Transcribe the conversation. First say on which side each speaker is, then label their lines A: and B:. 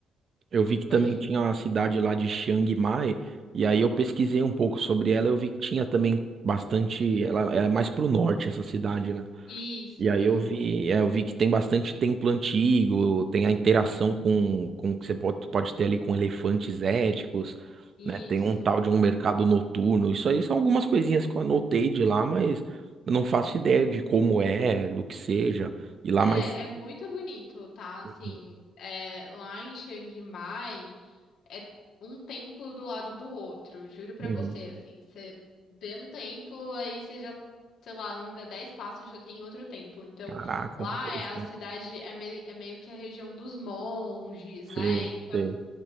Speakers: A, on the right; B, on the left.
A: Eu vi que também
B: pode.
A: tinha uma cidade lá de Chiang Mai, e aí eu pesquisei um pouco sobre ela, eu vi que tinha também bastante, ela é mais pro norte essa cidade, né?
B: Isso,
A: E aí
B: eu
A: eu
B: fui.
A: vi, é, eu vi que tem bastante templo antigo, tem a interação com, com o que você pode, pode ter ali com elefantes éticos,
B: Isso.
A: né? Tem um tal de um mercado noturno. Isso aí são algumas coisinhas que eu anotei de lá, mas eu não faço ideia de como é, do que seja. E lá
B: É,
A: mais.
B: é muito bonito, tá? Assim,
A: Uhum,
B: é, lá em Chiang Mai. é um templo do lado do outro, juro pra
A: uhum.
B: você, assim, você vê um templo, aí você já, sei lá, anda dez passos, já tem outro templo. Então,
A: Caraca,
B: lá
A: que interessante.
B: é a cidade é, mei- é meio que a região dos monges, né?
A: Sim, sim.